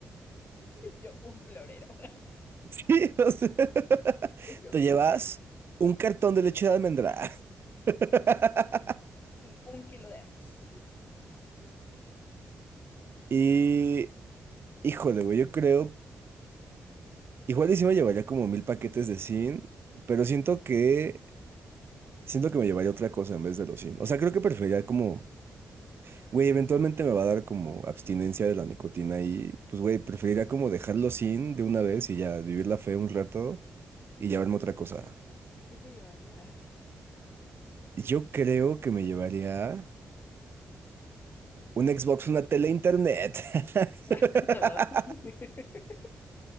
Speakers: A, on the left (about 40°); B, on the right (about 50°).
A: Yo un florero.
B: Sí, o sea, <laughs>
A: <laughs> Yo
B: te llevas
A: tu cel.
B: un cartón de leche de almendra. <laughs>
A: Y un kilo de arroz.
B: Y, híjole, güey, yo creo, igual y sí me llevaría como mil paquetes de zinc, pero siento que, siento que me llevaría otra cosa en vez de los zinc. O sea, creo que preferiría como Güey, eventualmente me va a dar como abstinencia de la nicotina y pues, güey, preferiría
A: Ujú.
B: como dejarlo sin de una vez y ya vivir la fe un rato y llevarme otra cosa.
A: ¿Y qué te llevarías?
B: Yo creo que me llevaría un Xbox, una tele, internet. <laughs>
A: <laughs> Ay. <laughs>